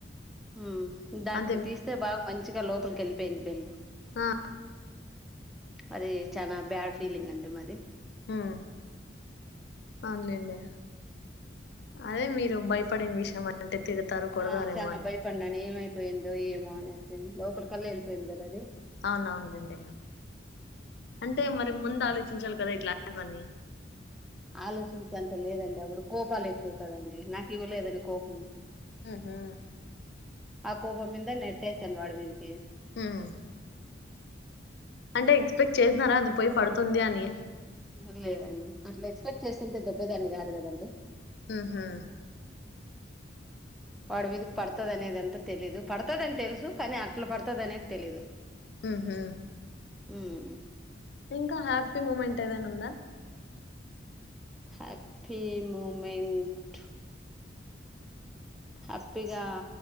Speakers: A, in the centre; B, on the left.
A: హ దాన్ని
B: అదే
A: తీస్తే బాగు మంచిగా లోపలికిెలి పెంద బెల్లు
B: ఆ
A: అది చానా బ్యాడ్ ఫీలింగ్ అండి మాది
B: మ్మ్ అవును లెండి అదే మీరు బయ పడిన విషయం అంటే తిడతారు కొడతారేమో
A: ఆ చానా
B: అని
A: బయపడిన నేను అయ్యి పోయిందో ఏమో అనేసి లోపల కల్లా వెళ్ళిపోయింది కదా అది
B: అవునవును లేండి అంటే మరి ముందు ఆలోచించాలి పడి ఇట్లాంటివన్నీ
A: ఆలోచించే అంత లేదండి అప్పుడు కోపాలు ఎక్కువ కదండి నాకు ఇవ్వలేదని కోపము
B: హ్మ్ హు
A: ఆ కోపం మీద నెట్టేస్తాన్ వాడి మీదికి
B: మ్మ్ అంటే పెక్ చేసినారా అది పోయి పడుతుంది అని
A: ఆహా లేదండి అట్లా ఎక్స్పెక్ట్ చేసేంటే దెబ్బేదాన్ని కాదు కదండి
B: హ్మ్ హు
A: వాడు వమీదికి పడతాదనేదనా అంత తెలీదు పడతదని తెలుసు కానీ అట్లా పడతది అనేది తెలీదు
B: హ్మ్ హు
A: మ్మ్
B: ఇంకా హ్యాపీ మూమెంట్ ఏదైనా ఉందా
A: హ్యాపీ ముూమెంట్ హ్యాపీగా